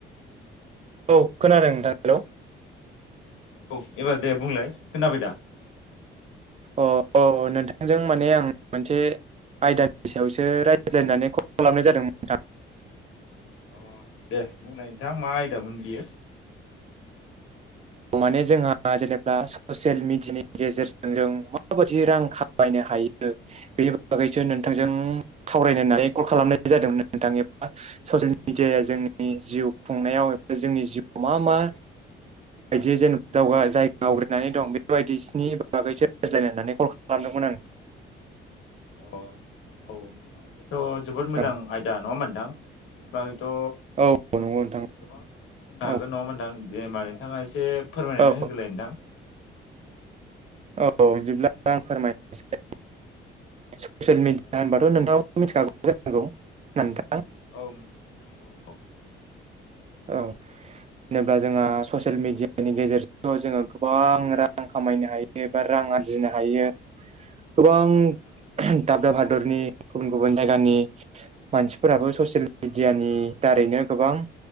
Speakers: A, on the right (about 30°); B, on the left (about 80°).
A: औ खोनादों नोंथां हेलौ।
B: औ एबार दे बुंलाय खोनाबाय दा?
A: अ औ नोंथांजों माने आं मोनसे। आयदानि सायावसो रायज्लायनानै कल खालामनाय जादोंमोन नोंथां।
B: अ दे बुंनाय नोंथाङा मा आयदामोन बियो? <inaudible>
A: माने जोंहा जेनेबा ससियेल मेडियानि गेजेरजों जों माबायदि रां खामायनो हायो। बेनि बागैसो नोंथांजों सावरायनो होननानै कल खालामनाय जादोंमोन नोंथां एबा ससियेल मिडियाया जोंनि जिउ खुंनायाव जोंनि जिउआव मा मा? बायदि जेनेबा दावगा जायगा आवग्रिनानै दं बेबायदिनि बागैसो रायज्लायनानै कल खालामदोंमोन आं।
B: अ औ नोंथां बेथ जोबोद मोजां
A: औ
B: आयदा नङा मोनथां बेनि बा थ
A: औ नंगौ नोंथां
B: गोबां बुंनो
A: औ
B: हागोन नङाहोनबा ओनथां जेनबा नोंथाङा एसे फोरमायनानै
A: औ
B: होग्रोलाय ओन्थां
A: औ बिदिब्ला आं फोरमायसै ससियेल
B: औ नोंथां
A: मिडिया
B: औ
A: होनबाथ नोंथां मिथिखागौ जांगौ नथां।
B: औ मिथिगोनथां औ औ
A: औ। जेब्ला जोंहा ससियेल मिडियानि गेजेरजोंथ जोङो गोबां रां खामायनो हायो एबा राङा आरजिनो हायो
B: <inaudible>
A: गोबां
B: नोंथां औ
A: दाब दाब हादरनि गुबुन गुबुन जायगानि मानसिफोराबो ससियेल मेडियानि दारैनो गोबां।